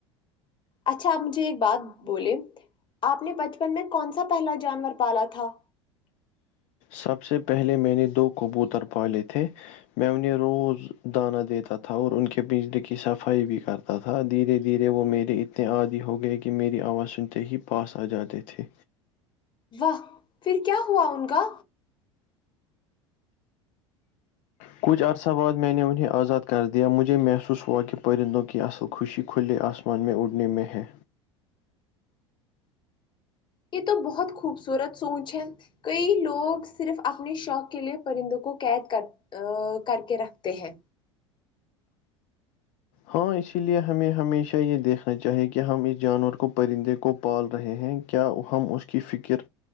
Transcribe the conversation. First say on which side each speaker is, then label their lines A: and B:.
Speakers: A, on the left; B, on the left.
A: اچھا آپ مجھے ایک بات بولے آپ نے بچپن میں کون سا پہلا جانور پالا تھا
B: سب سے پہلے میں نے دو کبوتر پاالے تھے میں انہیں روز دانہ دیتا تھا اور ان کے بجلی کی صفائی بھی کرتا تا تھا دھیرے دھیرے وہ میرے اتنے عادی ہو گئے کہ میری آواز سنتے ہی پاس آ جاتے تھے
A: واہ پھر کیا ہوا ان کا
B: کچھ عرصہ بعد میں نے انہیں آزاد کر دیا مجھے محسوس ہوا کہ پرندوں کی اصل خوشی کھلے آسمان میں اڑنے میں ہے
A: یہ تو بہت خوبصورت سونچ ہے کئی لوگ صرف اپنے شوق کے لیے پرندوں کو قید کرتے ا کر کے رکھتے ہیں
B: ہاں اسی لیے ہمیں ہمیشہ یہ دیکھنا چاہیے کہ ہم اس جانور کو پرندے کو پال رہے ہیں کیا ہم اس کی فکر